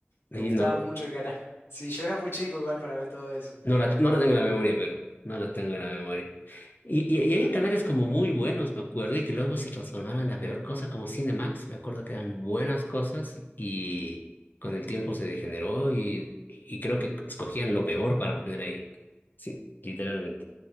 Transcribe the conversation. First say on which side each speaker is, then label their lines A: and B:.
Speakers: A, on the left (about 50°); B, on the left (about 70°).
A: y
B: Me gustaba
A: no,
B: mucho el cara. <laughs> Sí, yo era muy chico igual para ver todo eso.
A: no la, no la tengo en la memoria, pero no la tengo en la memoria. Y, y, y hay canales como muy buenos, me acuerdo, y que luego se transformaron en la peor cosa, como Cinemax, me acuerdo que eran buenas cosas y con el tiempo se degeneró y, y creo que escogían lo peor para poner ahí. Sí, literalmente.